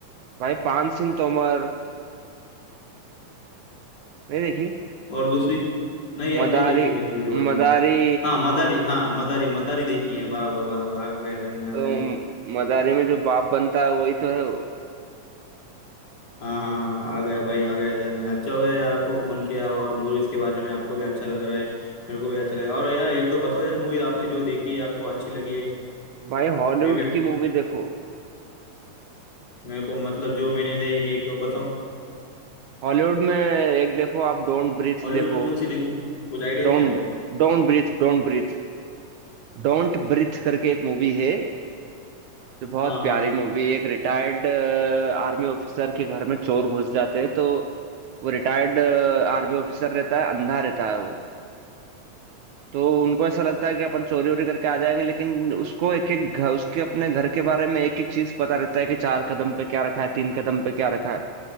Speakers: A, on the right (about 70°); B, on the left (about 50°).
A: भाई पान सिंह तोमर नहीं देखी
B: और दूसरी नहीं यार
A: मदारी
B: नहीं देखी मैंने ये वाली
A: मदारी
B: हाँ मदारी हाँ मदारी मदारी देखी है बराबर बराबर आ गया ध्यान में आ
A: तो
B: गया
A: मदारी में जो बाप बनता है वही तो है वो।
B: हाँ हाँ हाँ हाँ, आ गया भाई आ गया ध्यान में अच्छा हो गया यार आपको फोन किया और मूवीज के बारे में आपको भी अच्छा लग रहा है मेरे को भी अच्छा लगा और यार एक दो बताओ यार मूवीज आपने जो देखी है आपको अच्छी लगी है
A: भाई हॉलीवुड
B: मैं भी
A: की मूवी देखो
B: मेरे को मतलब जो मैंने देखी एक दो बताओ
A: हॉलीवुड में एक देखो आप डोंट ब्रीथ
B: हॉलीवुड
A: देखो
B: में कौन सी देखूँ कुछ आइडिया है
A: Don't
B: क्या आपको
A: don't breathe don't breathe don't breathe करके एक मूवी है जो बहुत
B: हाँ
A: प्यारी
B: हाँ
A: मूवी एक रिटायर्ड आर्मी ऑफिसर के घर में चोर घुस जाते हैं तो वो रिटायर्ड आर्मी ऑफिसर रहता है अंधा रहता है वो तो उनको ऐसा लगता है कि अपन चोरी वोरी करके आ जाएंगे लेकिन उसको एक एक घर उसके अपने घर के बारे में एक एक चीज पता रहता है कि चार कदम पे क्या रखा है तीन कदम पे क्या रखा है